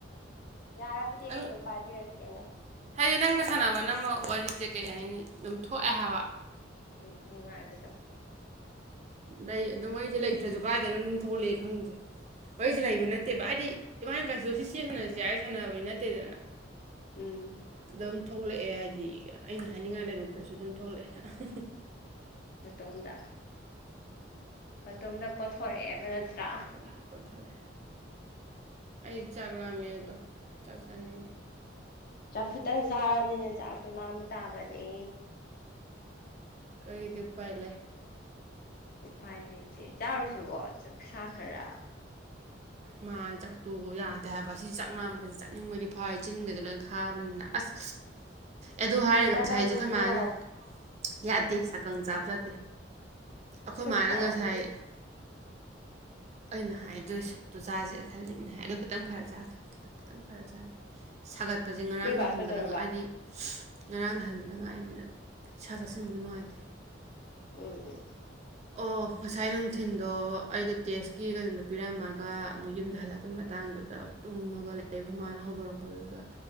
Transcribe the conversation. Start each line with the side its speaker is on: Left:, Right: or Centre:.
Left: ꯌꯥꯕꯨꯗꯤ
Right: ꯅꯪ
Left: ꯑꯩ ꯑꯗꯨꯝ ꯄꯥꯏꯕꯤꯔꯛꯀꯦꯅꯦ
Right: ꯍꯥꯏꯗꯤ ꯅꯪꯒ ꯁꯥꯟꯅꯕꯅ ꯋꯥꯔꯤꯁꯦ ꯀꯩ ꯍꯥꯏꯅꯤ ꯑꯗꯨꯝ ꯊꯣꯛꯑꯦ ꯍꯥꯏꯕ
Left: ꯎꯝ ꯅꯨꯡꯉꯥꯏꯕꯗꯣ
Right: ꯂꯩ ꯑꯗꯨꯝ ꯃꯩꯁꯦ ꯂꯩꯇ꯭ꯔꯁꯨ ꯀꯥꯏꯗꯅ ꯑꯗꯨꯝ ꯊꯣꯛꯂꯛꯑꯦ ꯈꯪꯗꯦ ꯃꯩꯁꯦ ꯂꯩꯕ ꯅꯠꯇꯦꯕ ꯍꯥꯏꯗꯤ ꯏꯃꯥꯏꯅ ꯀꯥꯏꯁꯨ ꯁꯤ ꯁꯥꯟꯅꯔꯁꯤꯦ ꯑꯩ ꯁꯥꯟꯅꯕꯅꯤ ꯅꯠꯇꯦꯗꯅ
Left: ꯎꯝ
Right: ꯑꯗꯨꯝ ꯊꯣꯛꯂꯛꯑꯦ ꯍꯥꯏꯗꯤ ꯑꯩꯅ ꯍꯥꯏꯅꯤꯡꯉꯥꯏ ꯂꯩꯔꯨꯗ꯭ꯔꯁꯨ ꯑꯗꯨꯝ ꯊꯣꯛꯂꯛꯑꯦ
Left: ꯃꯇꯣꯝꯗ ꯃꯇꯣꯝꯗ ꯀꯣꯊꯣꯔꯛꯑꯦꯕ ꯅꯠꯇ꯭ꯔꯥ
Right: ꯅ ꯐꯔꯦ ꯑꯩ ꯆꯥꯛ ꯂꯥꯛꯑꯝꯃꯦ ꯑꯗꯣ ꯆꯥꯛ ꯆꯥꯅꯤꯡꯌꯦ
Left: ꯆꯝꯐꯨꯠꯇꯪ ꯆꯥꯔꯕꯅꯤꯅ ꯆꯥꯛꯇꯣ ꯂꯥꯝꯕ ꯇꯥꯕꯅꯦ
Right: ꯀꯔꯤꯗꯤ ꯎꯄꯥꯏ ꯂꯩ
Left: ꯎꯄꯥꯏ ꯂꯩꯇꯦ ꯆꯥꯔꯨꯁꯨꯣ ꯁꯥ ꯈꯔ
Right: ꯃꯥ ꯆꯥꯛꯇꯨ ꯌꯥꯗꯦ ꯍꯥꯏꯕ ꯑꯁꯤ ꯆꯥꯛ ꯂꯥꯝꯕꯁ ꯆꯠꯅꯤꯡꯕꯗꯤ ꯐꯔꯦ ꯆꯤꯟꯒꯁꯦ ꯂꯣꯏ ꯈꯥꯕꯅꯤꯅ ꯑꯁ ꯑꯗꯨ ꯍꯥꯏꯔꯒ
Left: ꯆꯒꯪꯗꯣ
Right: ꯉꯁꯥꯏꯁꯦ ꯑꯩꯈꯣꯏ ꯃꯥꯅ ꯌꯥꯗꯦ
Left: ꯀꯩꯅꯣ
Right: ꯀꯪ ꯆꯥꯕꯖꯥꯗꯦ ꯑꯩꯈꯣꯏ
Left: ꯁꯨꯞ
Right: ꯃꯥꯅ
Left: ꯊꯛꯑꯣ
Right: ꯉꯁꯥꯏ
Left: ꯑꯗꯨꯒ
Right: ꯑꯩꯅ ꯍꯥꯏꯗꯣꯏ ꯁ ꯇꯨ ꯆꯥꯁꯦꯅ ꯈꯜꯂꯤꯕꯅꯦ ꯍꯥꯏ ꯑꯗꯣ ꯈꯤꯇꯪ ꯐꯔ ꯆꯥꯒꯦ ꯈꯤꯇꯪ ꯈꯤꯇꯪ ꯐꯔ ꯆꯥꯒꯦ ꯁꯥꯒꯠꯄ ꯄꯁꯦ ꯉꯔꯥꯡꯗ
Left: ꯅꯣꯏ ꯕꯥ
Right: ꯍꯟꯕꯗ
Left: ꯀꯩꯗꯧꯔꯕ
Right: ꯍꯥꯏꯗꯤ ꯉꯔꯥꯡ ꯅꯍꯟꯕꯗ ꯉꯥꯏꯕꯅꯤꯅ ꯁꯥ ꯆꯥꯁꯤꯟꯕꯗꯣ ꯅꯨꯡꯉꯥꯏꯇꯦ
Left: ꯎꯝ ꯎꯝ
Right: ꯑꯣ ꯉꯁꯥꯏ ꯅꯨꯡꯊꯤꯟꯗꯣ ꯑꯩꯗꯣ ꯇꯦꯁꯀꯤ ꯀꯩꯅꯣꯗꯣ ꯄꯤꯔꯝꯃꯒꯦ ꯒ ꯑꯃꯨꯛ ꯌꯨꯝꯗ ꯍꯜꯂꯛꯄꯩ ꯃꯇꯥꯡꯗꯨꯗ ꯇꯨꯝꯃꯒ ꯂꯩꯃꯥꯟꯅ ꯍꯧꯗꯣꯔꯛꯄꯗꯨꯗ